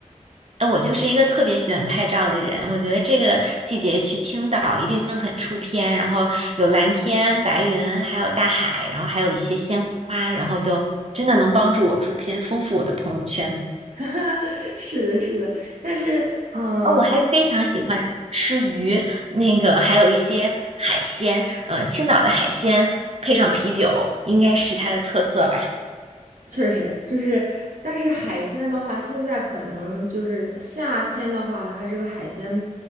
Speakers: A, on the right (about 50°); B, on the right (about 85°).
A: 哎，我就是一个特别喜欢拍照的人，我觉得这个季节去青岛一定很出片，然后有蓝天、白云，还有大海，然后还有一些鲜花，然后就真的能帮助我出片，丰富我的朋友圈。
B: <laughs> 是的，是的，但是嗯。
A: 哦，我还非常喜欢吃鱼，
B: 呃
A: 那个还有一些海鲜，呃，青岛的海鲜配上啤酒，应该是它的特色吧。
B: 确实就是，但是海鲜的话，现在可能就是夏天的话，它这个海鲜